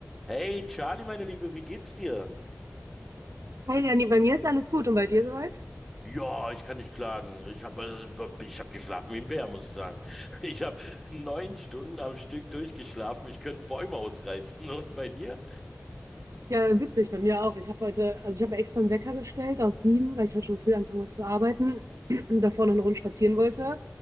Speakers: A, in the centre; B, on the right.
A: Hey Charlie, meine Liebe, wie geht's dir?
B: Hi Lenny, bei mir ist alles gut und bei dir soweit?
A: Ja, ich kann nicht klagen. Ich habe äh, ich hab geschlafen wie ein Bär, muss ich sagen. <laughs> Ich habe neun Stunden am Stück durchgeschlafen. Ich könnte Bäume ausreißen. Und bei dir?
B: Ja, witzig, bei mir auch. Ich habe heute, also ich habe extra einen Wecker gestellt auf sieben, weil ich heute schon früh anfangen wollte zu arbeiten <clears throat> und davor noch eine Runde spazieren wollte.